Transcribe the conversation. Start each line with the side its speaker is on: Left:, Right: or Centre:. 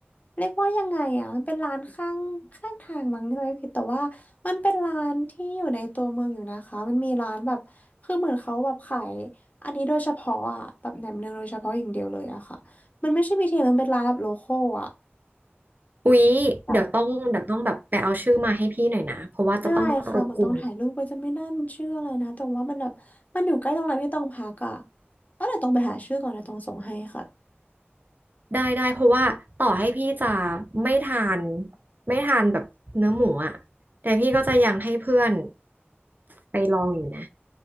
Left: เรียกว่ายังไงอ่ะมันเป็นร้านข้างข้างทางมั้งไม่ผิดแต่ว่ามันเป็นร้านที่อยู่ในตัวเมืองอยู่นะคะมันมีร้านแบบคือเหมือนเขาแบบขายอันนี้โดยเฉพาะอ่ะแบบแหนมเนืองโดยเฉพาะอย่างเดียวเลยอะค่ะมันไม่ใช่บีทีมันเป็นร้านแบบโลคอลอ่ะ
Right: อุ๊ยเดี๋ยวต้องเดี๋ยวต้องแบบไปเอาชื่อมาให้พี่หน่อยนะเพราะว่าจะต้องรบกวน
Left: แบบได้ค่ะเหมือนต้องถ่ายรูปไปจะไม่แน่มันชื่ออะไรนะแต่ว่ามันแบบมันอยู่ใกล้โรงแรมที่ต้องพักอ่ะเออเดี๋ยวต้องไปหาชื่อก่อนนะต้องส่งให้ค่ะ
Right: ได้ได้เพราะว่าต่อให้พี่จะไม่ทานไม่ทานแบบเนื้อหมูอะแต่พี่ก็จะยังให้เพื่อนไปลองอยู่นะ